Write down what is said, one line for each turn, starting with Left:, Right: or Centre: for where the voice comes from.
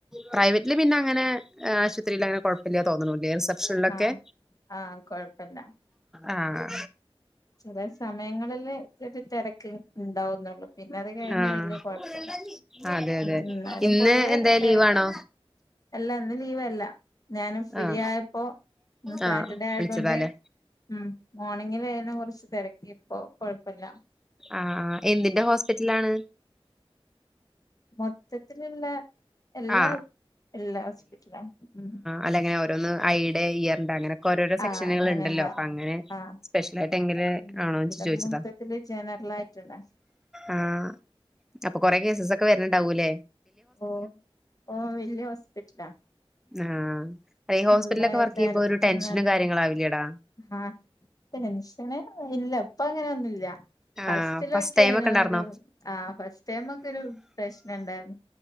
Centre: പ്രൈവറ്റില് പിന്നെ അങ്ങനെ ആശുപത്രിയില് അങ്ങനെ കൊഴപ്പില്ല തോന്ന്ന്നുലേ റിസ പ്ഷൻലൊക്കെ
Left: ആഹ് ആഹ് കൊഴപ്പല്ല
Centre: ആഹ്
Left: ചില സമയങ്ങളില് ഇത്തിരി തിരക്ക് ഉണ്ടാവുന്നുള്ളു പിന്നെ അത് കഴിഞ്ഞ
Centre: ആഹ്
Left: വലിയ കുഴപ്പല്ല
Centre: അതെ അതെ
Left: ഉം എന്നാലും
Centre: ഇന്ന്
Left: പൊതുവെ
Centre: എന്തേ
Left: തിരക്ക്
Centre: ലീവാണോ
Left: അല്ല ഇന്ന് ലീവ് അല് ഞാന് ഫ്രീ
Centre: ആഹ്
Left: ആയപ്പോ ഇന്ന് സാറ്റർഡേ
Centre: ആഹ്
Left: ആയതോണ്ട്
Centre: വിളിച്ചതാല്ലേ
Left: ഉം മോർണിങ്ങിലേനു കൊറച്ച് തെരക്കിപ്പൊ കൊഴപ്പല്ല
Centre: ആഹ് എന്തിന്റെ ഹോസ്പിറ്റലാണ്
Left: മൊത്തത്തില്ള്ള എല്ലാ
Centre: ആഹ്
Left: ഇള്ള ഹോസ്പിറ്റലാണ് ഉം
Centre: അല്ലങ്ങനെ ഓരോന്ന് <unintelligible> അങ്ങനൊക്കെ ഓരോരോ സെക്ഷനുകള്ണ്ടല്ലോ
Left: ആഹ് അങ്ങനെ ഇണ്ടാവും
Centre: അപ്പൊ അങ്ങനെ
Left: ആഹ്
Centre: സ്പെഷ്യൽ ആയിട്ട് എങ്ങനെ
Left: ഉം
Centre: ആണോച്ച്
Left: ഇവിടെ
Centre: ചോയ്ച്ചതാ
Left: മൊത്തത്തില് ജനറൽ ആയിട്ടുള്ള
Centre: ആഹ് അപ്പൊ കൊറെ കേസസൊക്കെ വരണുണ്ടാവൂല്ലേ
Left: ഓഹ് ഓഹ് വല്യ ഹോസ്പിറ്റലാ
Centre: ആഹ് ഈ ഹോസ്പിറ്റലൊക്കെ
Left: നല്ല
Centre: വർക്ക്
Left: തെര
Centre: ചെയ്യുമ്പോ ഒരു ടെൻഷനും
Left: നല്ല
Centre: കാര്യങ്ങളും ആവില്ലേടാ
Left: ആഹ് ടെൻഷന് ഇല്ല ഇപ്പൊ അങ്ങനെ ഒന്നൂല്ല ഫസ്റ്റിലൊക്കെനൊരു
Centre: ആഹ് ഫസ്റ്റ് ടൈം ഒക്കെ ഉണ്ടായിരുന്നോ
Left: ആ ഫസ്റ്റ് ടൈമൊക്കെ ഒരു പ്രശ്നണ്ടായിരുന്നു